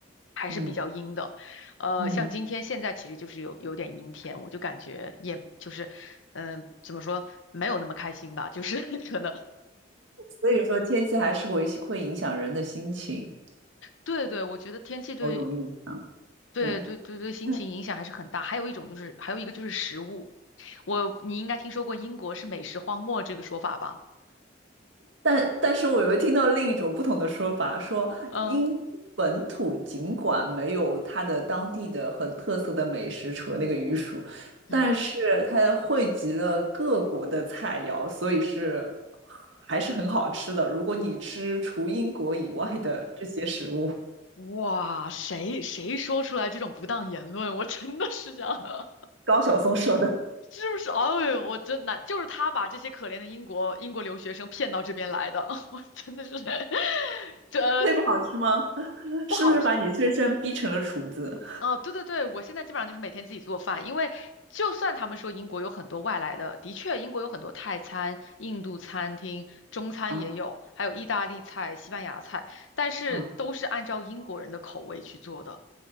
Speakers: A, on the left; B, on the right.
A: 还是比较阴的，
B: 嗯
A: 呃，
B: 嗯，
A: 像今天现在其实就是有有点阴天，我就感觉也就是，嗯、怎么说没有那么开心吧，就是 <laughs> 可能，
B: 所以说天气还是会会影响人的心情，
A: 对对，我觉得天气对
B: 某种意义上，
A: 对对对对心情影响还是很大，
B: 对。嗯。
A: 还有一种就是还有一个就是食物，我你应该听说过英国是美食荒漠这个说法吧？
B: 但但是我又听到另一种不同的说法，说英国本土尽管没有它的当地的很特色的美食，
A: 嗯
B: 除了那个鱼薯，
A: 嗯。
B: 但是它汇集了各国的菜肴，所以是还是很好吃的。如果你吃除英国以外的这些食物，
A: 哇，谁谁说出来这种不当言论，我真的是想，<laughs>
B: 高晓松说的
A: 就是哎，呦，我真难，就是他把这些可怜的英国英国留学生骗到这边来的，<laughs> 我真的是 <laughs> 这
B: 那不好吃吗？<laughs>
A: 不好吃。
B: 是不是把你深深逼成了厨子
A: 哦，对对对，我现在基本上就是每天自己做饭，因为就算他们说英国有很多外来的，的确英国有很多泰餐、印度餐厅、中餐也有，
B: 啊
A: 还有意大利菜、西班牙菜，但是都是按照英国人的口味去做的。
B: 啊？